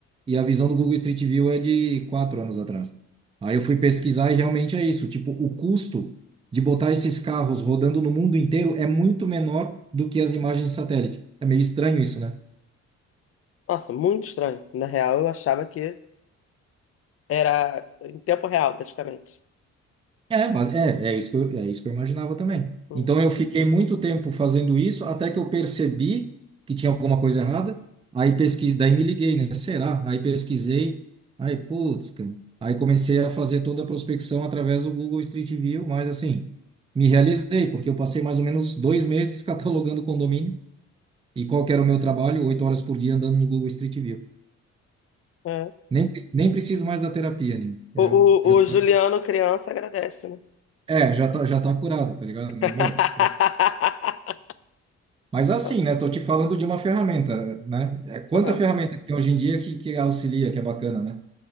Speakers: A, on the right; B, on the left.
A: e a visão do Google Street View é de 4 anos atrás. Aí eu fui pesquisar e realmente é isso. Tipo, o custo de botar esses carros rodando no mundo inteiro é muito menor do que as imagens de satélite. É meio estranho isso, né?
B: Nossa, muito estranho. Na real, eu achava que era em tempo real, praticamente.
A: É, mas é, é isso que eu, é isso que eu imaginava também.
B: Uhum.
A: Então eu fiquei muito tempo fazendo isso até que eu percebi que tinha alguma coisa errada. Aí pesquisei, daí me liguei, né? Será? Aí pesquisei. Aí, putz, cara. Aí comecei a fazer toda a prospecção através do Google Street View, mas assim, me realizei, porque eu passei mais ou menos dois meses catalogando condomínio. E qual que era o meu trabalho? Oito horas por dia andando no Google Street View.
B: É.
A: Nem, pre- nem preciso mais da terapia, Nino. Eu
B: O, o,
A: já tá,
B: o Juliano, criança, agradece, né?
A: é, já tá, já tá curado, tá ligado? Mas,
B: <laughs>
A: meu, Mas assim,
B: Não.
A: né? Tô te falando de uma ferramenta, né? É Quanta
B: Aham.
A: ferramenta que tem hoje em dia que, que auxilia, que é bacana, né?